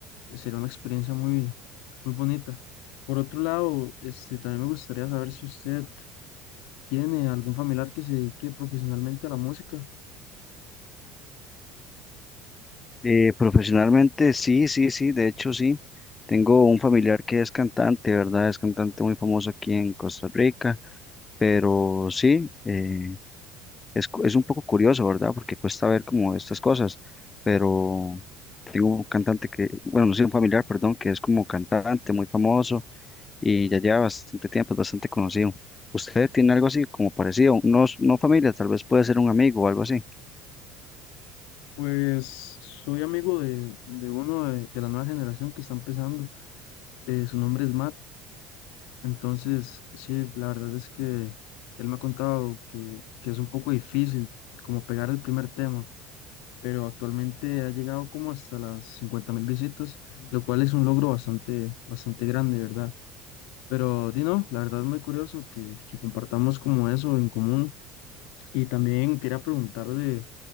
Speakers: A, on the left; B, on the left.
A: Eh, Sería una experiencia muy, muy bonita. Por otro lado, este, también me gustaría saber si usted tiene algún familiar que se dedique profesionalmente a la música.
B: Eh, profesionalmente, sí, sí, sí, de hecho sí. Tengo un familiar que es cantante, ¿verdad? Es cantante muy famoso aquí en Costa Rica, pero sí, eh, es, cu- es un poco curioso, ¿verdad? Porque cuesta ver como estas cosas, pero tengo un cantante que, bueno, no sé, un familiar, perdón, que es como cantante muy famoso y ya lleva bastante tiempo, es bastante conocido. ¿Usted tiene algo así como parecido? No, s- no familia, tal vez puede ser un amigo o algo así.
A: Pues soy amigo de, de uno de, de la nueva generación que está empezando. eh, su nombre es Matt. Entonces, sí, la verdad es que él me ha contado que, que es un poco difícil como pegar el primer tema, pero actualmente ha llegado como hasta las cincuenta mil visitas, lo cual es un logro bastante, bastante grande, ¿verdad? Pero Dino, la verdad es muy curioso que, que compartamos como eso en común. Y también quería preguntarle